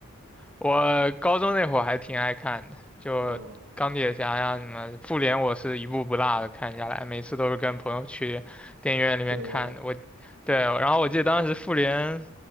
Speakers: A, in the centre; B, on the right.
A: 我高中那会儿还挺爱看的，就钢铁侠呀什么，
B: 嗯，
A: 复联我是一部不落的看下来，每次都是跟朋友去电影院里面看的。
B: 电影院
A: 我，对，然后我记得当时复联，